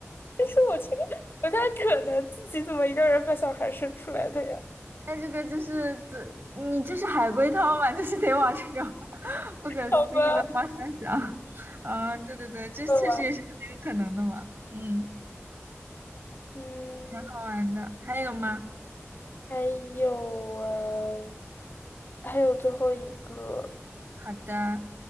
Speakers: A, on the left; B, on the right.
A: 但是我觉得不太可能自己怎么一个人把小孩生出来的呀？
B: 那这个就是，这你这是海龟汤嘛？就是得往这种 <laughs> 不可思议的方向想。
A: <laughs> 好
B: 啊、对对对，这确实也是很有可能的嘛。
A: 会玩。
B: 嗯，
A: 嗯，
B: 好玩的，还有吗？
A: 还有嗯，还有最后一个，
B: 好的，